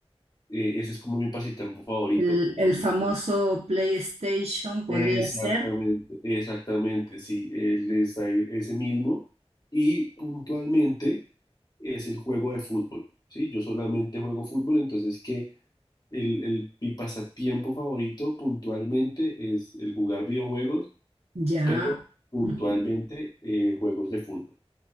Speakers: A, on the left (about 40°); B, on the right (about 75°).
A: eh, ese es como mi pasatiempo favorito.
B: El,
A: No,
B: el famoso
A: no
B: PlayStation podría
A: Exactamente,
B: ser.
A: exactamente, sí, él es ahí- ese mismo y puntualmente es el juego de fútbol, ¿sí? Yo solamente juego fútbol, entonces que el, el, mi pasatiempo favorito puntualmente es el jugar videojuegos,
B: Ya.
A: pero puntualmente
B: Ujú.
A: eh, juegos de fútbol.